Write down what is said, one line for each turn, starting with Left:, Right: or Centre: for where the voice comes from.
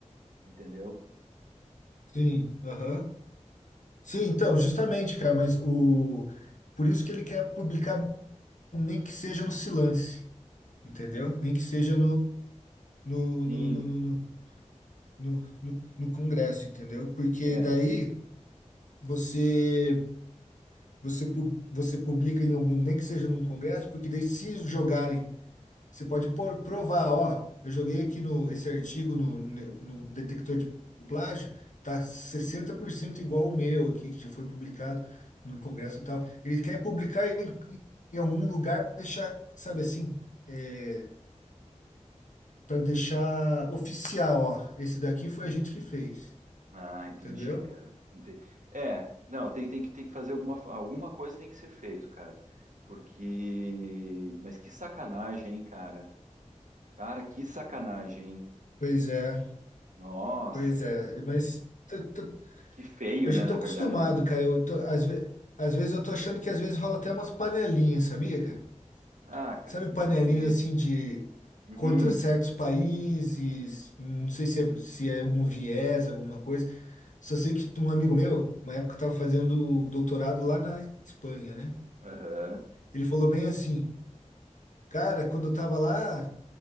Right: entendeu?
Left: Sim, aham. Sim, então, justamente, cara, mas o por isso que ele quer publicar nem que seja no Silance, entendeu? Nem que seja no
Right: Sim,
Left: no, no, no, no- no, no, no Congresso, entendeu? Porque
Right: é.
Left: daí você você pu- você publica em algum, nem que seja num congresso, porque daí se jogarem, você pode por, provar, ó, eu joguei aqui no esse artigo no, no detector de plágio, tá 60% igual o meu aqui que já foi publicado no congresso e tal. Ele quer publicar em, em algum lugar para deixar, sabe assim, é, para deixar oficial, ó, esse daqui foi a gente que fez,
Right: Ah, entendi,
Left: entendeu?
Right: cara. Ente- É, não, tem, tem que, tem que fazer alguma, alguma coisa tem que ser feito, cara. Porque. Mas que sacanagem, hein, cara? Cara, que sacanagem, hein?
Left: Pois é.
Right: Nossa,
Left: Pois
Right: cara.
Left: é, mas t- t-
Right: Que feio,
Left: eu já
Right: né, na
Left: tô acostumado,
Right: verdade, né?
Left: cara. Eu tô, às ve- às vezes eu tô achando que às vezes rola até umas panelinhas, sabia, cara?
Right: Ah, cara,
Left: Sabe
Right: com
Left: panelinha
Right: certeza.
Left: assim de
Right: Uhum.
Left: contra certos países, não sei se é, se é algum viés, alguma coisa. Só sei que um amigo meu, uma época estava fazendo doutorado lá na Espanha, né?
Right: Aham.
Left: Ele falou bem assim, cara, quando eu tava lá,